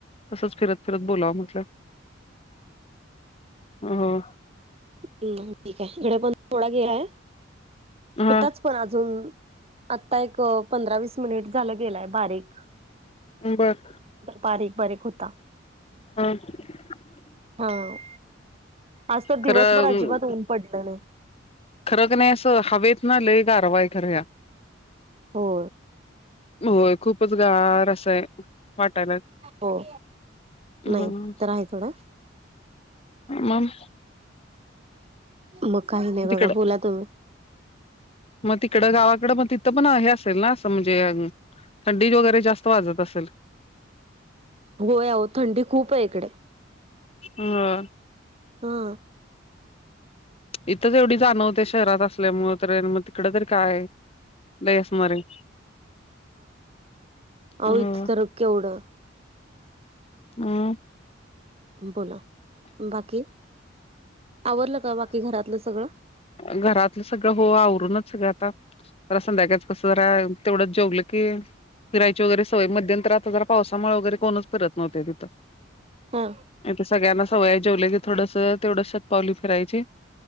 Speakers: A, on the left; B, on the right.
A: तसंच फिरत फिरत बोलावं म्हटलं. हो.
B: हम्म ठीक आहे. <unintelligible> थोडा गेलाय होताच.
A: हा
B: पण अजून आता एक पंधरा वीस मिनिट झालं गेलाय बारीक.
A: बर.
B: बारीक बारीक होता.
A: हम्म.
B: हम्म. आज तर
A: खरं
B: दिवसभर अजिबात ऊन पडलं नाही.
A: खरं की नाही असं हवेत ना लय गारवा आहे खर ह्या.
B: हो.
A: होय खूपच गार असं वाटायला
B: हो
A: हम्म,
B: नाही तर आहे थोडं.
A: मग
B: मग काही नाही बघा,
A: तिकड
B: बोला तुम्ही.
A: मग तिकडं गावाकडं मग तिथं पण हे असेल ना असं म्हणजे थंडी वगैरे जास्त वाजत असलं?
B: होय अहो थंडी खूप आहे इकडे.
A: मग
B: हा.
A: इथंच एवढी जाणवत्या शहरात असल्यामुळं तर आणि मग तिकडं तरी काय लई असणार आहे.
B: हो
A: अ
B: इथं तर केवढं
A: हम्म.
B: बोला. बाकी, आवरलं का बाकी घरातलं सगळं?
A: घरातलं सगळं हो आवरूनच सगळं आता जरा संध्याकाळच कसं जरा तेवढंच जेवलं की फिरायची वगैरे सवय मध्यंतर आता जरा पावसामुळे वगैरे कोणच फिरत नव्हत तीथं
B: हा
A: इथे सगळ्यांना सवय हाय जेवल की थोडस तेवढेसं पावली फिरायची